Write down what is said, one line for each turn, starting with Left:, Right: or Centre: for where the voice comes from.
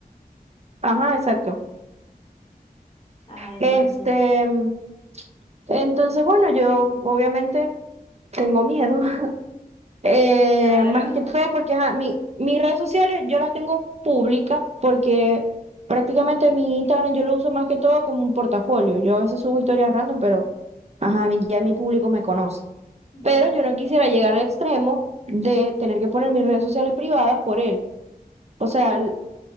Right: Ajá, exacto.
Left: Ajá, entonces.
Right: Este, mm, entonces, bueno, yo obviamente tengo miedo. <laughs> Eh,
Left: Claro.
Right: más que todo porque ajá, mi, mis redes sociales yo las tengo públicas porque prácticamente mi Instagram yo lo uso más que todo como un portafolio. Yo a veces subo historias random, pero ajá, mi- ya mi público me conoce.
Left: ujú,
Right: Pero yo no quisiera llegar al extremo de tener que poner mis redes sociales privadas por él. O sea,